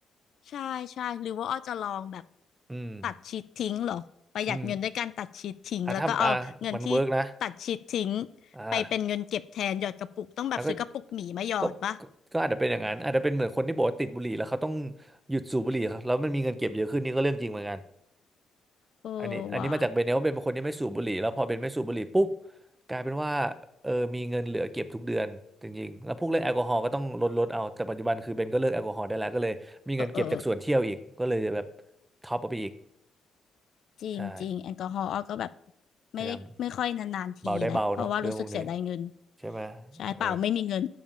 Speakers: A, on the left; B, on the right.
A: ใช่ใช่หรือว่าอ้อจะลองแบบ
B: อืม
A: ตัดชีสทิ้งเหรอประหยัดเงินด้วยการตัดชีสทิ้งแล้วก็เอาเงินที่ตัดชีสทิ้ง
B: อืม อ่ะถ้าอ่ะมันเวิร์กนะอ่า
A: ไปเป็นเงินเก็บแทนหยอดกระปุกต้องแบบซื้อกระปุกหมีมาหยอดปะ
B: แล้วก็ก็ก็ก็อาจจะเป็นอย่างนั้นอาจจะเป็นเหมือนคนที่บอกว่าติดบุหรี่แล้วเขาต้องหยุดสูบบุหรี่ครับแล้วมันมีเงินเก็บเยอะขึ้นนี่ก็เรื่องจริงเหมือนกัน
A: เออว่ะ
B: อันนี้อันนี้มาจากเบนเนลเป็นคนที่ไม่สูบบุหรี่แล้วพอเบนไม่สูบบุหรี่ปุ๊บกลายเป็นว่าเออมีเงินเหลือเก็บทุกเดือนจริงๆแล้วพวกเรื่องแอลกอฮอล์ก็ต้องลดลดเอาแต่ปัจจุบันคือเบนก็เลิกแอลกอฮอล์ได้แล้วก็เลยมีเงินเก็บจากส่วนเที่ยวอีกก็เลยแบบ
A: เออเออเออ
B: ท็อปออาไปอีก
A: จริงจริงแอลกอฮอล์อ้อก็แบบ
B: ใช่
A: ไม่ได้ไม่ค่อยนานๆทีแหละเพราะว่ารู้สึกเสียดายเงิน
B: พยายามเบาได้เบาเนาะเรื่องพวกนี้ใช่ไหมเออ
A: ใช่เปล่าไม่มีเงิน